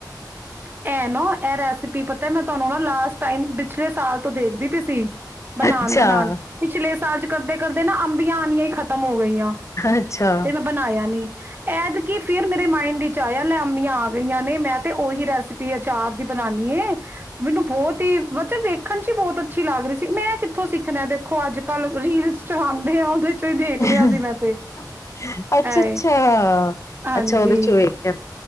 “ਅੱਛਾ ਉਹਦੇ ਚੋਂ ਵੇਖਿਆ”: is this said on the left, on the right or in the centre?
Left